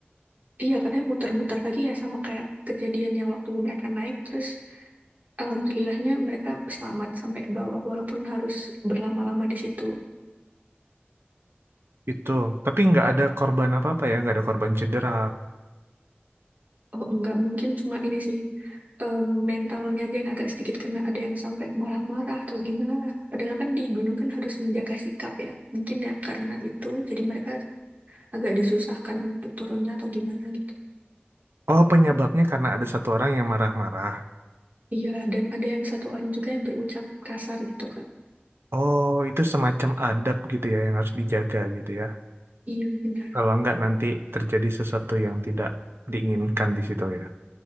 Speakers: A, on the right (about 45°); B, on the right (about 80°).
A: Iya, katanya muter-muter lagi ya sama kayak kejadian yang waktu mereka naik. Terus alhamdulillahnya mereka selamat sampai bawah walaupun harus berlama-lama di situ.
B: Itu. Tapi nggak ada korban apa-apa ya. Nggak ada korban cedera.
A: Oh, nggak mungkin cuma ini sih em, mentalnya aja yang agak sedikit kena ada yang sampai marah-marah atau gimana lah. Padahal kan di gunung kan harus menjaga sikap ya. Mungkin ya karena itu jadi mereka agak disusahkan untuk turunnya atau gimana gitu.
B: Oh, penyebabnya karena ada satu orang yang marah-marah.
A: Iya, dan ada yang satu orang juga yang berucap kasar gitu kan.
B: Oh, itu semacam adab gitu ya yang harus dijaga gitu ya.
A: Iya, benar.
B: Kalau nggak nanti terjadi sesuatu yang tidak diinginkan di situ ya.